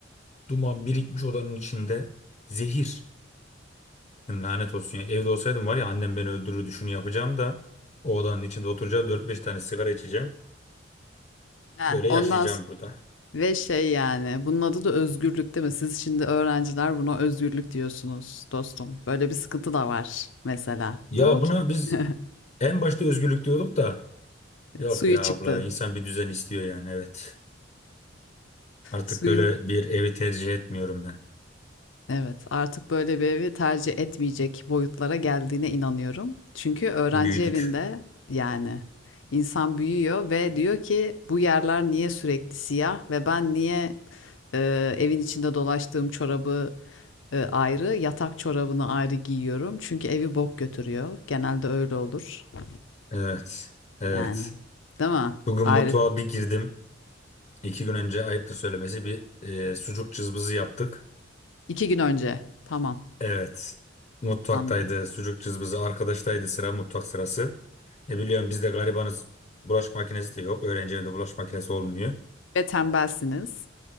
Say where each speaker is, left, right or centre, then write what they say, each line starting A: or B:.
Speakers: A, on the left (about 35°); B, on the left (about 80°).
A: Duman birikmiş odanın içinde. Zehir. Dedim lanet olsun ya. Evde olsaydım var ya annem beni öldürürdü şunu yapacağım da. O odanın içinde oturacağım dört beş tane sigara içeceğim.
B: Heh,
A: Böyle
B: ondan
A: yaşayacağım
B: sonra...
A: burada.
B: Ve şey yani bunun adı da özgürlük değil mi? Siz şimdi öğrenciler buna özgürlük diyorsunuz dostum. Böyle bir sıkıntı da var mesela.
A: Ya
B: Bu
A: buna
B: ki-
A: biz
B: <laughs>
A: en başta özgürlük diyorduk da. Yok
B: suyu
A: ya
B: çıktı.
A: abla insan bir düzen istiyor yani evet. Artık
B: Suyu.
A: böyle bir evi tercih etmiyorum ben.
B: Evet, artık böyle bir evi tercih etmeyecek boyutlara geldiğine inanıyorum. Çünkü öğrenci
A: Büyüdük.
B: evinde yani insan büyüyor ve diyor ki bu yerler niye sürekli siyah ve ben niye e, evin içinde dolaştığım çorabı e, ayrı, yatak çorabını ayrı giyiyorum. Çünkü evi bok götürüyor. Genelde öyle olur. <laughs>
A: Evet. Evet.
B: Yani, değil mi?
A: Bugün
B: Ayrı.
A: mutfağa bir girdim. İki gün önce ayıptır söylemesi bir e, sucuk cızbızı yaptık.
B: İki gün önce. Tamam,
A: Evet. Mutfaktaydı
B: anladım.
A: sucuk cızbızı. Arkadaştaydı sıra mutfak sırası. E biliyorum biz de garibanız. Bulaşık makinesi de yok. Öğrenci evinde bulaşık makinesi olmuyor.
B: Ve tembelsiniz.